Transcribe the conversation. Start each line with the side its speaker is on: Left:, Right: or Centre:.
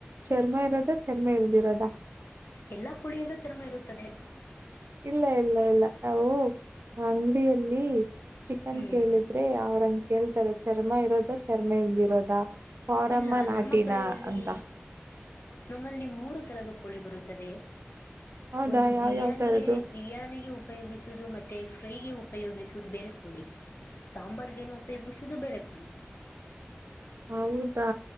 Right: ಚರ್ಮ ಇರೋದ ಚರ್ಮ ಇಲ್ದಿರೋದ.
Left: ಎಲ್ಲ ಕುಳಿಯಲ್ಲೂ ಚರ್ಮ ಇರುತ್ತದೆ.
Right: ಇಲ್ಲ ಇಲ್ಲ ಇಲ್ಲ ನಾವು ಅಂಗಡಿಯಲ್ಲಿ ಚಿಕನ್
Left: ಹ್ಮ್
Right: ಕೇಳಿದ್ದ ರೆ ಅವ್ರಂಗ ಕೇಳ್ತಾರೆ ಚರ್ಮ ಇರೋದ ಚರ್ಮ ಇಲ್ದಿರೋದ. ಫಾರಮ್ಮ
Left: ಇಲ್ಲ
Right: ನಾಟಿನ
Left: ನಮ್ಮ ಕಡೆಯಲ್ಲಿ
Right: ಅಂತ
Left: ನಮ್ಮಲ್ಲಿ ಮೂರು ತರದ ಕೋಳಿ ಬರುತ್ತದೆ
Right: ಹೌದಾ
Left: ಒಂದು
Right: ಯಾವ್
Left: ಬಿರಿಯಾನಿಗೆ
Right: ಯಾವ್ ತರದ್ದು
Left: ಬಿರಿಯಾನಿಗೆ ಉಪಯೋಗಿಸುದು ಮತ್ತು ಫ್ರೈಗೆ ಉಪಯೋಗಿಸುವುದು ಬೇರೆ ಕೋಳಿ. ಸಾಂಬಾರ್ಗೇನ ಉಪಯೋಗಿಸುದು ಬೇರೆ ಕೋಳಿ.
Right: ಹೌದಾ